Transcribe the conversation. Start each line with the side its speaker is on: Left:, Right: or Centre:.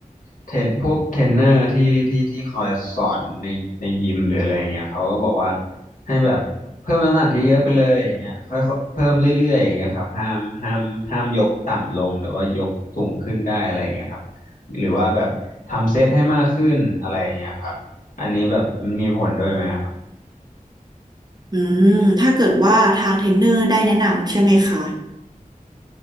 Left: เทรนพวกเทรนเนอร์ที่ที่ที่คอยสอนในในยิมหรืออะไรเงี้ยเขาก็บอกว่าให้แบบเพิ่มน้ำหนักเยอะๆไปเลยอย่างเงี้ยค่อยๆเพิ่มเรื่อยๆอย่างเงี้ยครับห้ามห้ามห้ามยกต่ำลงแต่ว่ายกสูงขึ้นได้อะไรเงี้ยครับหรือว่าแบบทำเซตให้มากขึ้นอะไรเงี้ยครับอันนี้แบบมันมีผลด้วยไหมครับ
Right: อืมถ้าเกิดว่าทางเทรนเนอร์ได้แนะนำใช่ไหมคะ